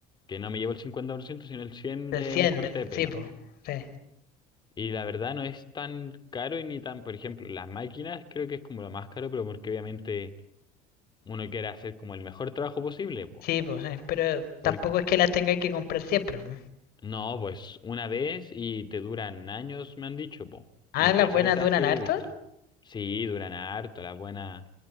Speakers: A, on the left (about 25°); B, on the left (about 60°).
A: que no me llevo el 50% sino el 100%
B: Del
A: de
B: 100,
A: un corte
B: del...
A: de pelo.
B: Sí, po. Sí.
A: Y la verdad no es tan caro y ni tan, por ejemplo, las máquinas creo que es como lo más caro, pero porque obviamente uno quiere hacer como el mejor trabajo posible, po.
B: Sí, po, sí. Pero
A: Por-
B: tampoco es que las tengáis que comprar siempre. po.
A: no, pues una vez y te duran años, me han dicho, po.
B: Ah,
A: En especial
B: las buenas
A: esas
B: duran
A: que
B: harto.
A: he visto. Sí, duran harto, las buenas,